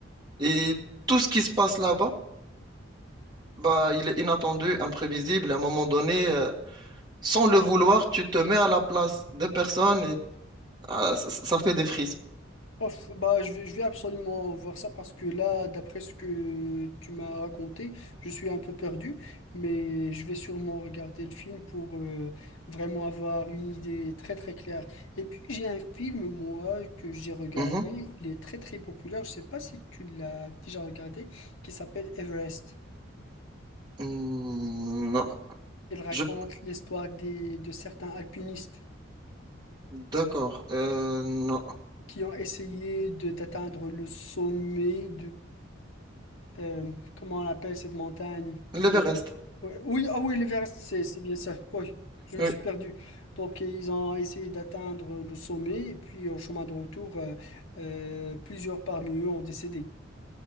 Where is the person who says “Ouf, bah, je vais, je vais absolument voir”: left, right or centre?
Left